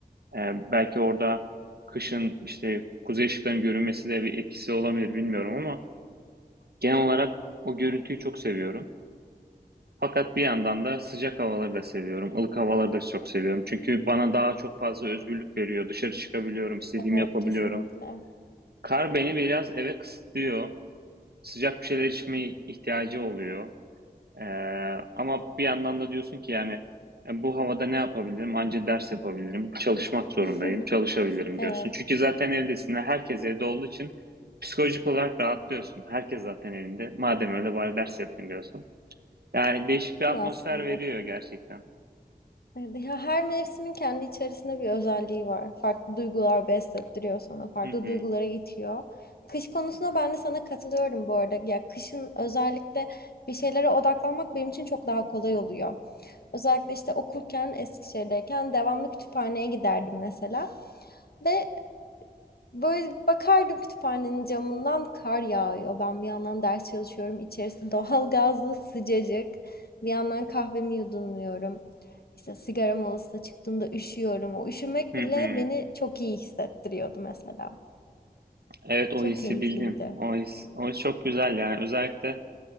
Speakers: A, on the right; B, on the left.
A: Ee, belki orada kışın işte kuzey ışıklarının görünmesi de bir etkisi olabilir bilmiyorum ama genel olarak o görüntüyü çok seviyorum. Fakat bir yandan da sıcak havaları da seviyorum. ılık havaları da çok seviyorum. Çünkü bana daha çok fazla özgürlük veriyor. Dışarı çıkabiliyorum, istediğimi
B: evet
A: yapabiliyorum.
B: kesinlikle.
A: Kar beni biraz eve kısıtlıyor. Sıcak bir şeyler içmeye ihtiyacı oluyor. Ee, ama bir yandan da diyorsun ki yani e, bu havada ne yapabilirim? Anca ders yapabilirim. Çalışmak zorundayım.
B: <laughs>
A: Çalışabilirim
B: Evet.
A: diyorsun. Çünkü zaten evdesin. ve Herkes evde olduğu için psikolojik olarak rahatlıyorsun. Herkes zaten evinde. Madem öyle bari ders yapayım diyorsun. Yani değişik bir atmosfer
B: aslında.
A: veriyor gerçekten.
B: Evet, ya her mevsimin kendi içerisinde bir özelliği var. Farklı duygular beslettiriyor sana, farklı
A: Hı hı.
B: duygulara itiyor. Kış konusunda ben de sana katılıyorum bu arada. Ya kışın özellikle bir şeylere odaklanmak benim için çok daha kolay oluyor. Özellikle işte okurken Eskişehir'deyken devamlı kütüphaneye giderdim mesela. Ve Böyle bakardım kütüphanenin camından kar yağıyor. Ben bir yandan ders çalışıyorum. İçerisi doğal gazlı sıcacık. Bir yandan kahvemi yudumluyorum. İşte sigara molasına çıktığımda üşüyorum. O üşümek
A: Hı
B: bile
A: hı.
B: beni çok iyi hissettiriyordu mesela.
A: Evet o
B: Çok
A: hissi
B: keyifliydi.
A: bildim. O his, o his çok güzel yani. Özellikle